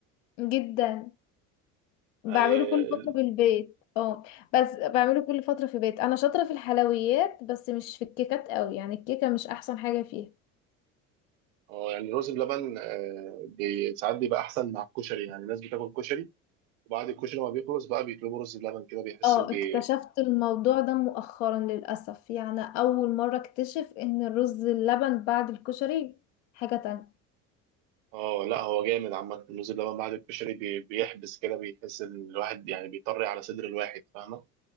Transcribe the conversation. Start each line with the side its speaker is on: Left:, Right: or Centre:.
Left: جدا بعمله
Right: يعني
Left: كل
Right: ال-
Left: فتره في البيت اه بس بعمله كل فتره في البيت انا شاطره في الحلويات بس مش في الكيكات قوي يعني الكيكه مش احسن حاجه فيها
Right: اه يعني الرز بلبن آه، بي- ساعات بيبقى احسن مع الكشري يعني الناس بتاكل كشري وبعد الكشري ما بيخلص بقى بيطلبوا رز بلبن كده بيحس
Left: اه
Right: بي
Left: اكتشفت الموضوع ده مؤخرا للاسف يعني اول مره اكتشف ان الرز اللبن بعد الكشري حاجه تانية
Right: اه لا هو جامد عامه الرز بلبن بعد الكشري بي... بيحبس كده بيحس ان الواحد يعني بيطري على صدر الواحد فاهمه